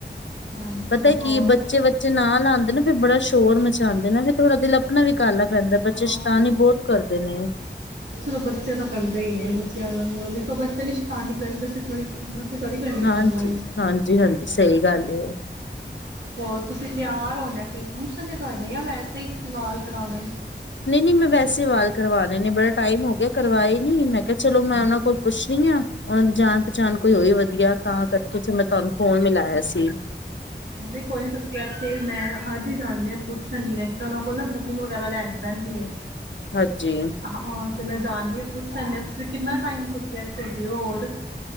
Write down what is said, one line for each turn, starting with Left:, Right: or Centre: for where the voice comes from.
Right: ਹਾਂਜੀ
Left: ਪਤੈ
Right: ਹੋਰ
Left: ਕੀ ਬੱਚੇੇ ਬੱਚੇ ਨਾਲ ਆਂਦੇ ਨਾ ਤੇ ਫੇਰ ਬੜਾ ਸ਼ੋਰ ਮੱਛਰਦੇਨੇ ਵੀ ਥੋੜਾ ਦਿਲ ਆਪਣਾ ਵੀ ਕਾੱਲਾ ਪੈਂਦੈਂ, ਬੱਚੇ
Right: ਹਾਂ
Left: ਸੈ਼ਤਾਨੀ ਬਹੋਤ ਕਰਦੇ ਨੇ।
Right: ਚਲੋ ਬੱਚੇ ਤਾਂ ਕਰਦੇ ਈ ਨੇ, ਬੱਚਿਆਂ ਦੇਖੋ ਬੱਚੇ ਨੀ ਸੈ਼ਤਾਨੀ ਕਰਨਗੇ ਅਸੀਂ ਥੋੜੀ ਥੋੜੀ ਕਰਨੀ
Left: ਹਾਂਜੀ,
Right: ਉਹ ਉਮਰ ਵਿੱਚ
Left: ਹਾਂਜੀ-ਹਾਂਜੀ, ਸਈ ਗੱਲ ਏ ਓ।
Right: ਹੋਰ ਤੁਸੀਂ ਤਿਆਰ ਹੋਣਾ ਕੋਈ ਫੰਕਸ਼ਨ ਐ ਤੁਆਡੇ, ਜਾਂ ਵੈਸੇ ਹੀ ਤੁਸੀਂ ਵਾਲ ਕਟਾਣ।
Left: ਨਈ-ਨੀ ਮੈਂ ਵੈਸੇ ਵਾਲ ਕਰਵਾ ਲੇ ਨੇ ਬੜਾ ਟਾਈਮ ਹੋ ਗਿਆ ਕਰਵਾ ਈ ਨੀ, ਮੈਂ ਕੇਆ ਚਲੋ ਮੈਂ ਓੱਨਾਂ ਕੋਲ ਪੁੱਛਣੀ ਆ। ਉੰਝ ਜਾਣ ਪਛਾਣ ਕੋਈ ਹੋਈ ਵਧੀਆ, ਤਾਂ ਕਰਕੇ ਫੇਰ ਮੈਂ ਤੁਆਨੂੰ ਫੋਨ ਮਿਲਾਆ ਸੀ।
Right: ਨਈ ਕੋਈ ਨੀ ਤੁਸੀਂ ਇੱਥੇ ਮੈਂ ਅੱਜ ਈ ਜਾਣੇ ਆ ਪੁੱਛਣ ਨਈ ਤਾਂ ਓੱਨਾਂ ਕੋਲ ਨਾ ਬੁ ਬੁਕਿੰਗ ਵਗੈਰਾ ਲੈਣੀ ਪੈਂਦੀ ਏ।
Left: ਹਾਂਜੀ।
Right: ਹਾਂ ਤੇ ਮੈਂ ਜਾਂਣੀ ਆਂ ਪੁੱਛਣ ਤੁਸੀ ਕਿੰਨਾ ਟਾਈਮ ਤੁਸੀਂ ਐਥੇ ਹੈਗੇ ਓ ਹੋਰ